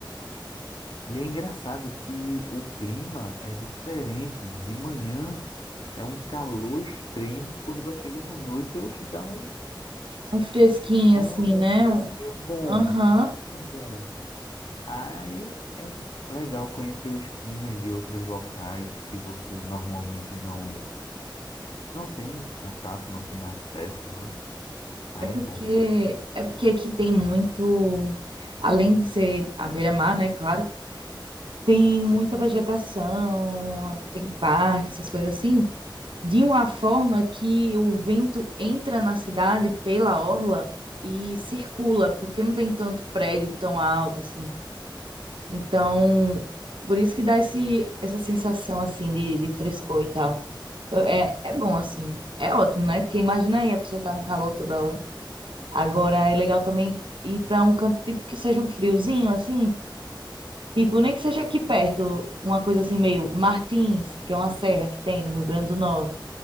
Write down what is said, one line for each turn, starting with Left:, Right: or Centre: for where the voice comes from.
Left: E é engraçado que o clima é diferente. De manhã é um calor extremo, quando vai chegando à noite, eu te dá um
Right: Um fresquinho
Left: Um,
Right: assim, né?
Left: um fresquinho
Right: Um-
Left: bom,
Right: Aham.
Left: um fresquinho bom. Aí é legal conhecer os climas de outros locais que você normalmente não, não tem contato, não tem acesso, né? Aí
Right: É porque
Left: é bom.
Right: é porque aqui tem muito, além de ser a beira-mar, né, claro, tem muita vegetação, tem parque, essas coisas assim, de uma forma que o vento entra na cidade pela orla e circula, porque não tem tanto prédio tão alto assim. Então, por isso que dá esse, essa sensação assim de, de frescor e tal. Eu- É, é bom assim, é ótimo, né? Porque imagina aí a pessoa tá no calor toda hora. Agora é legal também ir para um canto tipo que seja um friozinho, assim, tipo, nem que seja aqui perto, uma coisa assim meio Martins, que é uma serra que tem no Rio Grande do Norte.